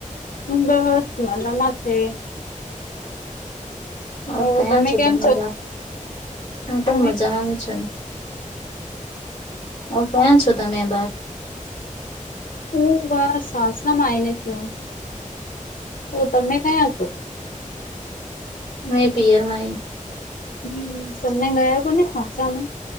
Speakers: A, on the left; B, on the left.
A: બસ મજામાં છે.
B: ર
A: ઓ
B: કયાં
A: તમે
B: છો
A: કેમ
B: ધમ બા ત પણ
A: તમે
B: મજામાં છે. ઓ ફન્ છો તમે બાર
A: હું વા સાસરામાં આવીને છું ઓ તમે કયા છો
B: મેં પિયર માં આઈ.
A: હમ તમને ગયા કો ને સાચાને